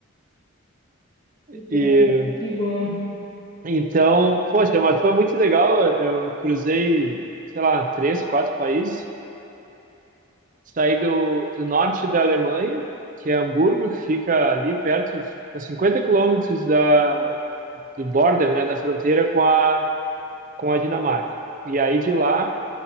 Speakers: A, on the left; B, on the right.
A: Que bom,
B: E,
A: que bom.
B: então, poxa, mas foi muito legal. Eu cruzei, sei lá, três, quatro países. saí do, do norte da Alemanha, que é Hamburgo, que fica ali perto, fica 50 quilômetros da, do border, né, da fronteira com a, com a Dinamarca. E aí de lá